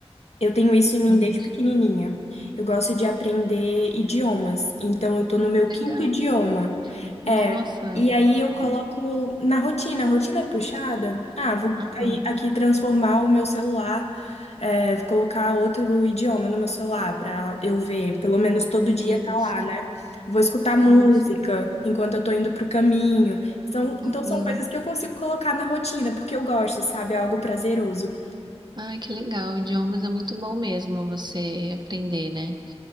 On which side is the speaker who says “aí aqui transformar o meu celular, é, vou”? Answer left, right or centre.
Left